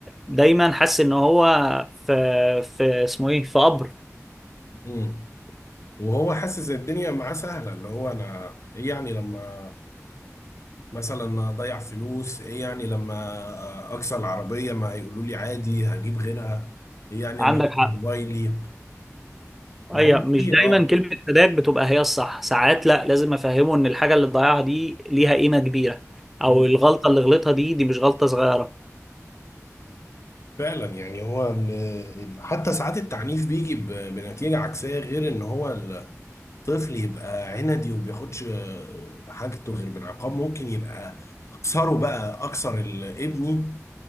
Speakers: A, in the centre; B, on the left (about 60°).
A: دايما حاسس ان هو في في اسمه ايه في قبر
B: امم وهو حاسس إن الدنيا معاه سهله اللي هو انا ايه يعني لما مثلا اضيع فلوس ايه يعني لما اكسر العربيه ما هيقولوا لي عادي هجيب غيرها ايه يعني
A: عندك
B: لما اكسر
A: حق
B: موبايلي ما
A: ايوه
B: هو
A: مش
B: في
A: دايما
B: اه
A: كلمة فداك بتبقى هي الصح ساعات لا لازم افهمه ان الحاجة اللي ضيعها دي ليها قيمة كبيرة او
B: مم.
A: الغلطة اللي غلطها دي دي مش غلطة صغيرة
B: فعلا يعني هو ال- ال- حتى ساعات التعنيف بيجي ب- بنتيجة عكسية غير ان هو طفل يبقى عندي وما بياخدش حاجته غير بالعقاب ممكن يبقى اكسره بقى اكسر ال- ابني